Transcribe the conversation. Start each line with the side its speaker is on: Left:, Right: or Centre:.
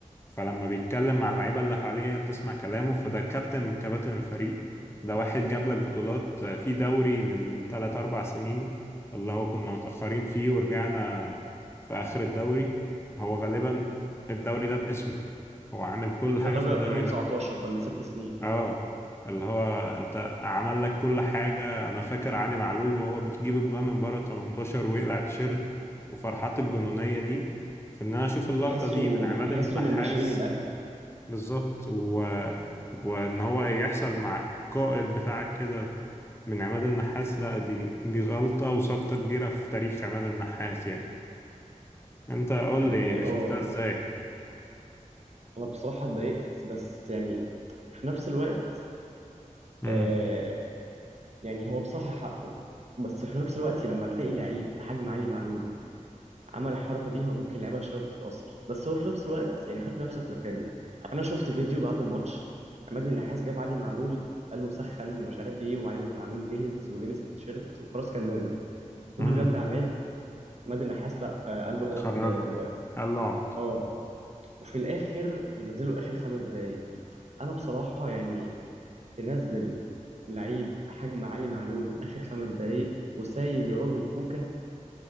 Left: فلما بيتكلم مع اللعيبة اللي حواليه بتسمع كلامه فده كابتن من كباتن الفريق ده واحد جاب لك بطولات آه، في دوري من 3 4 سنين اللي هو كنا متأخرين فيه ورجعنا في آخر الدوري هو غالبا الدوري ده باسمه هو عامل كل حاجة
Right: ده دوري
Left: في الدوري
Right: 2019
Left: ده
Right: ده من ست سنين
Left: اه اللي هو انت عمل لك كل حاجة انا فاكر علي معلول وهو بيجيب اجوان من بره 18 ويقلع التيشيرت وفرحات الجنونية دي في ان انا اشوف اللقطة
Right: تحسه
Left: دي من عماد
Right: تحسه
Left: النحاس
Right: من ناشئين الأهلي
Left: بالظبط و... وان هو يحصل مع القائد بتاعك كده من عماد النحاس لا دي دي غلطة وسقطة كبيرة في تاريخ عماد النحاس يعني انت قول
Right: يعني
Left: لي
Right: اه
Left: شفتها ازاي
Right: انا بصراحة اتضايقت بس يعني في نفس الوقت
Left: امم
Right: آه، يعني هو بصراحة حقه بس في نفس الوقت لما تلاقي لعيب حجم علي معلول عمل الحركة دي هو ممكن اللعيبة شوية بتتأثر بس هو في نفس الوقت يعني حط نفسك مكانه أنا شفت فيديو بعد الماتش عماد النحاس جاب علي معلول قال له سخن ومش عارف ايه وعلي معلول جهز ولبس التيشيرت وخلاص كان نازل وقف
Left: امم
Right: جنب عماد عماد النحاس لا آه، قال له اقعد
Left: خرجه
Right: آه، دلوقتي
Left: قال له اقعد
Right: اه وفي الآخر ينزلوا آخر خمس دقايق أنا بصراحة يعني تنزل لعيب حجم علي معلول اخر خمس دقايق وسايب يا راجل كوكا